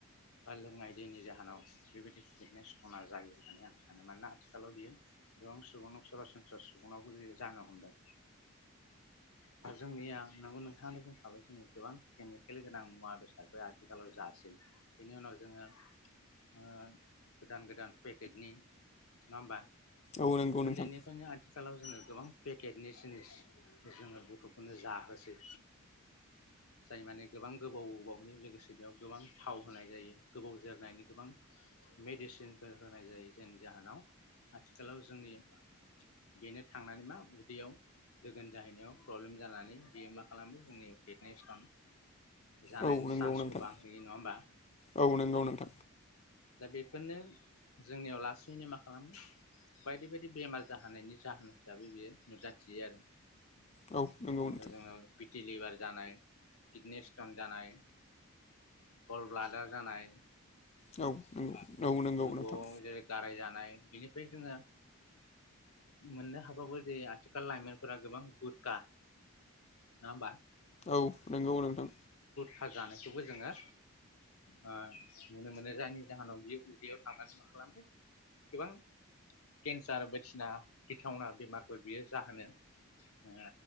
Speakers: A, on the left; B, on the left.
A: बा लोंनाय जेनि जाहोनाव बेबायदि किदने स्टनाजायो होननानै आं सानो मानोना आथिखालाव बियो गोबां सुबुंन सरासनस्रा सुबुंनावबो जानो हमदों दा जोंनिया नोंगौ नोंथांङानो बुंखाबाय जों गोबां केमिकेल गोनां मुवा बेसादफोर आथिखालाव जासै बेनि उनाव जोंङो ओ गोदान- गोदान पेकेटनि नंङा होमबा
B: औ नंगौ नोंथां
A: उन्दैनिफ्रायनो आथिखालाव जोंङो गोबां पेकेटनि जिनिस जोंङो गथ'फोरनो जाहोसै जाय माने गोबां गोबाव -गोबनि लोगोसे बेयाव गोबां थाव होनाय जायो गोबाव जोरनायनि गोबां मेडिसिनफोर होनाय जायो जायनि जाहोनाव आथिखालाव जोंनि बेनो थांनानै मा उदैयाव दोगोन जाहैनायाव प्रब्लेम जानानै बेयो मा खालामो जोंनियाव किडनि स्टन जानायनि
B: औ नंगौ
A: सान्सखौ
B: नोंथां
A: बांहैयो नंङा होमबा
B: औ नंगौ नोंथां
A: दा बेफोरनो जोंनियाव लासैनो मा खालामगो बायदि बायदि बेमार जाहोनायनि जाहोन हिसाबै बियो नुजाथियो आरो
B: औ नंगौ
A: ओफ्राय
B: नोंथां
A: जोंङो पिटिलिभार जानाय किडनि स्टन जानाय गल ब्लाडार जानाय
B: औ औ नंगौ
A: बिबुआव
B: नोंथां
A: जेरै गाराय जानाय बिनि ओमफ्राय जोंङो मोननो हाबाबो जे आथिखाल लाइमोनफोरा गोबां गुदखा नङा होमबा
B: औ नंगौ नोंथां
A: खा जानायखौबो जोंङो ओ नुनो मोनो जायनि जाहोनाव बियो बेयाव थांनानै मा खालामबाय गोबां केन्सार बायदिसिना गिथावना बेमारफोर बियो जाहोनो ओ